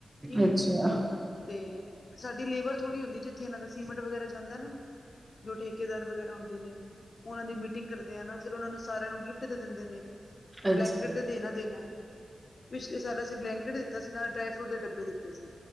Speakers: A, on the left; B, on the right.
A: ਠੀਕ
B: ਅੱਛਾ,
A: ਹੈ ਤੇ ਸਾਡੀ ਲੇਬਰ ਥੋੜੀ ਹੁੰਦੀ ਜਿੱਥੇ ਇਹਨਾਂ ਦਾ। ਸੀਮੰਟ ਵਗੈਰਾ ਜਾਂਦਾ ਐ ਨਾ ਜੋ ਠੇਕੇਦਾਰ ਵਗੈਰਾ ਹੁੰਦੇ ਨੇ। ਉਹਨਾਂ ਦੀ ਮੀਟਿੰਗ ਕਰਦੇ ਆਂ ਨਾ ਫੇਰ ਉਹਨਾਂ ਨੂੰ ਸਾਰਿਆਂ ਨੂੰ ਗਿੱਫਟ ਦੇ ਦਿੰਦੇ ਨੇ। ਬਲੈਂਕੇਟ
B: ਅੱਛਾ, ਅੱਛਾ,
A: ਤੇ ਦੇਨਾ ਦੇਨਾ ਐ, ਪਿਛਲੇ ਸਾਲ ਅਸੀਂ ਬਲੈਂਕੇਟ ਦਿ। ਤਾਂ ਅਸੀਂ ਨਾ ਡਰਾਈ ਫਰੂਟ ਦੇ ਡੱਬੇ ਦਿੱਤੇ ਸੀ